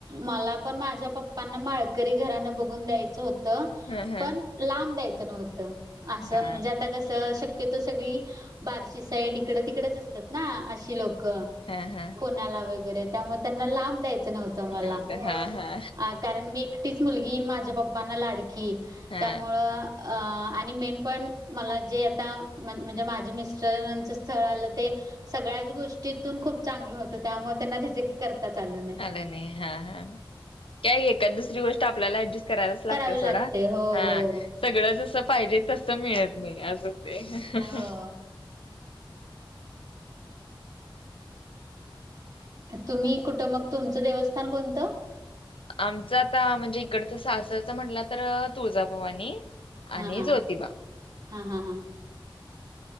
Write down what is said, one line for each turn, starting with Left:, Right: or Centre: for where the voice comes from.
Right: मला पण माझ्या पप्पांना माळकरी घरान बघून द्यायचं होतं त
Left: ह ह
Right: पण लांब द्यायचं नव्हतं, असं
Left: हा हा
Right: म्हणजे आता कस श तीत सगळी बार्शी साईड इकडं तिकडेच असतात ना अशी लोक
Left: हा हा
Right: ला वगैरे त्यामुळं त्यांना द्यायच नव्हतं मला
Left: होत हा हा
Right: आ कारण मी एकटीच मुलगी माझ्या पप्पांना लाडकी
Left: हा
Right: त्यामुळं अ आणि मेन पण मला जे आता म्हणजे माझं मिस्टरांचं स्थळ आलं ते सगळ्यांचं गोष्टीतून खूप चांगलं होतं, त्यामुळे त्यांना रिजेक् करता च आल नाही.
Left: आलं नाही हा हा काय एका दुसरी गोष्ट आपल्याला ऍडजस्ट करायला लागत्या
Right: करावे
Left: सोडा
Right: लागते हो
Left: हा
Right: हो
Left: सगळं जसं पाहीजे तसं मिळत नाही अस हुतय ह
Right: हो
Left: ह
Right: तुम्ही कुठं मग तुमचं देवस्थान कोणतं?
Left: आमच आता म्हणजे इकडचं सासरच म्हटला तर तुळजाभवानी.
Right: हा
Left: आणि
Right: हा
Left: ज्योतिबा
Right: हा हा हा